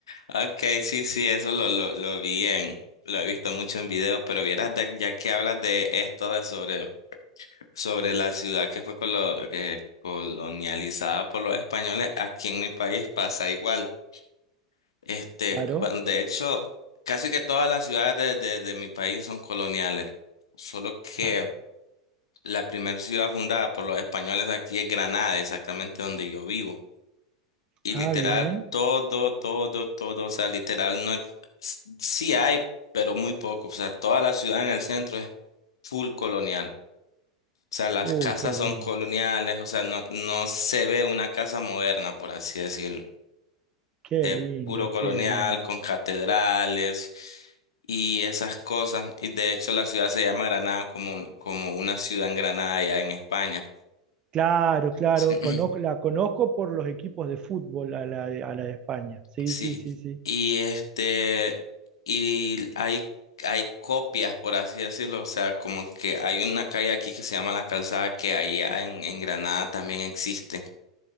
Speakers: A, on the left; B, on the right.
A: Okay, sí, sí, eso lo, lo, lo vi en, lo he visto mucho en video, pero vieras, de- ya que hablas de esto, de sobre, sobre la ciudad que fue colo- que colonializada por los españoles, aquí en mi país pasa igual. Este,
B: Claro.
A: bueno, de hecho, casi que todas las ciudades de, de, de mi país son coloniales, solo que
B: Ah,
A: la primera ciudad fundada por los españoles aquí es Granada, exactamente donde yo vivo. Y
B: ah,
A: literal,
B: bien.
A: todo, todo, todo, o sea, literal, no, ex- s- sí hay, pero muy poco, o sea, toda la ciudad en el centro es full colonial, o sea, las
B: Uy,
A: casas
B: qué lindo,
A: son coloniales, o sea, no, no se ve una casa moderna, por así decirlo,
B: qué
A: es
B: lindo,
A: puro colonial,
B: qué lindo.
A: con catedrales y esas cosas, y de hecho la ciudad se llama Granada como, un- como una ciudad en Granada allá en España.
B: Claro, claro,
A: Sí. <clears throat>
B: conozco, la conozco por los equipos de fútbol a la de, a la de España. Sí,
A: Sí,
B: sí, sí, sí.
A: y este, y hay, hay copias, por así decirlo, o sea, como que hay una calle aquí que se llama La Calzada, que allá en, en Granada también existe.